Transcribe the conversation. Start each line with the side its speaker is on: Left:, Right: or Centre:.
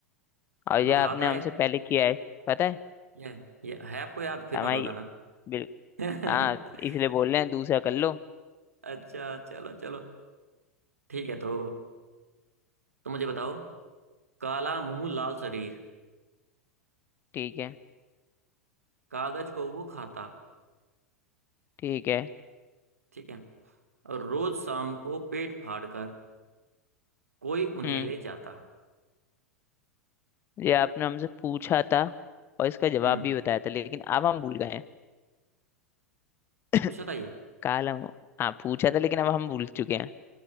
Left: और
Right: मतलब
Left: ये आपने
Right: हाथ आए
Left: हमसे पहले किया है पता है
Right: ये ये है आपको याद फिर
Left: हमारी
Right: मत बताना
Left: बिल
Right: <laughs>
Left: हाँ इसलिए बोल रहे हैं दूसरा कर लो
Right: अच्छा चलो चलो ठीक है तो तो मुझे बताओ काला मुंह लाल शरीर
Left: ठीक है
Right: कागज को वो खाता
Left: ठीक है
Right: ठीक है और रोज शाम को पेट फाड़ कर कोई उन्हें
Left: हम्म
Right: ले जाता
Left: ये आपने हमसे पूछा था और इसका जवाब
Right: हम्म
Left: भी बताया था लेकिन अब हम भूल गए हैं <coughs> <laughs>
Right: पूछा था ये
Left: काला मुंह हाँ पूछा था लेकिन अब हम भूल चुके हैं